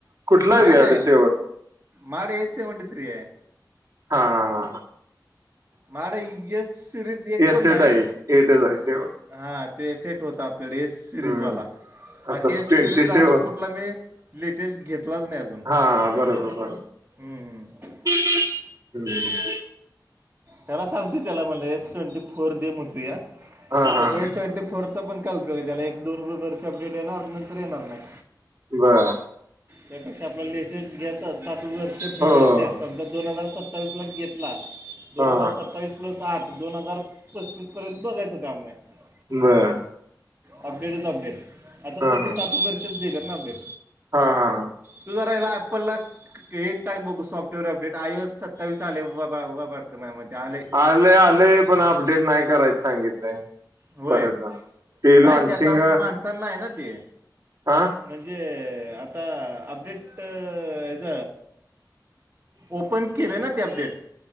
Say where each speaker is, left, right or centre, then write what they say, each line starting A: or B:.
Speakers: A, on the right; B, on the right.
A: कुठला आहे
B: नाही
A: तुझ्याकडे
B: नाही
A: शेवट?
B: माड ए सेवंटी थ्री आहे.
A: हा हा ह ह
B: मा येसर. एक
A: एस
B: पण नाही
A: एट आहे एटच आहे शेवट
B: हा तोट होता आपल्याडे सिरीज
A: हम्म.
B: वाला. बाकी
A: आता
B: सिरीज
A: ट्वेंटी सेवन
B: अजून कुठला मी लेटेस्ट घेतलाच नाही अजून
A: हा बरोबर बरोबर.
B: हम्म हम्म
A: <unintelligible>
B: त्याला सांगतो त्याला मला एस ट्वेंटी फोर दे म्हणतू या
A: हा हा
B: त्या एस ट्वेंटी फोर चा पण काय उपयोग आहे त्याला एक दोन वर्ष अपडेट येणार नंतर येणार नाही.
A: बर
B: त्यापेक्षा आपल्या लेस्टेस घेतच सात वर्ष बि
A: हो
B: भेडत
A: हो
B: संता दोन हजार सत्तर सत्तावीस ला घेतला. दोन
A: हा
B: हजार सत्तावीस प्लस आठ दोन हजार पस्तीस पर्यंत बघायचं काम नाही.
A: बरं
B: अपडेटच संपले
A: हा
B: आता सगळी
A: हा.
B: सातच वर्षच देतात ना अपडेट.
A: हा
B: तूजा रायला ॲप्पललाचं ते टाक बघू सॉफ्टवेअर अपडेट आयो सत्तावीस आलय वा बा वाटत माझ मते आलय.
A: आलंय आलंय पण अपडेट नाय करायचं सांगितलंय.
B: होय
A: बऱ्याचदा हे
B: नाही
A: लॉनचिंग
B: ते आता माणसांना आहे ना ते
A: हा
B: म्हणजे आता अपडेट ह्याज ओपन केले ना ते अपडेट